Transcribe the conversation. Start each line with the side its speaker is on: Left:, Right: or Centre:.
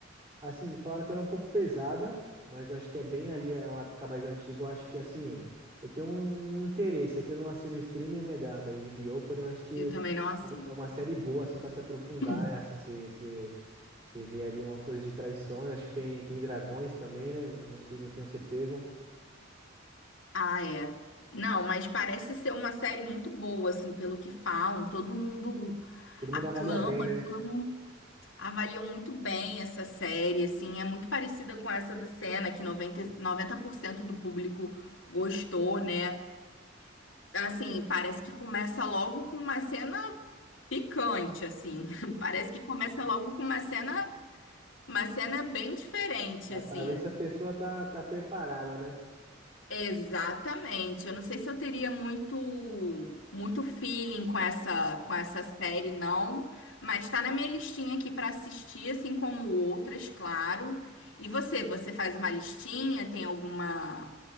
Right: Assim, me falaram que era um pouco pesada, mas eu acho que é bem ali, é uma época mais antiga. Eu acho que, assim, eu tenho um, um interesse, é que eu não assino o streaming, né? Da, da HBO, porém eu acho que
Left: Eu também não assim.
Right: é um- é uma série boa, assim, para se aprofundar,
Left: <clears throat>
Right: né? Assim, se, se... Você vê ali umas coisas de traições, acho que tem, tem dragões também, né? Não sei, não tenho certeza.
Left: Ah, é. Não, mas parece ser uma série muito boa, assim, pelo que falam. Todo mundo
Right: Todo
Left: aclama,
Right: mundo avalia bem, né?
Left: aclama. um Avaliam muito bem essa série, assim, é muito parecida com essa do Senna, que noventa noventa por cento do público gostou, né? Assim, parece que começa logo com uma cena picante, assim. <laughs> Parece que começa logo com uma cena, uma cena bem diferente,
Right: Já
Left: assim.
Right: Pra ver se a pessoa tá, tá preparada, né?
Left: Exatamente. Eu não sei se eu teria muito muito feeling com essa com essa série não, mas tá na minha listinha aqui pra assistir, assim como outras, claro. E você, você faz uma listinha, tem alguma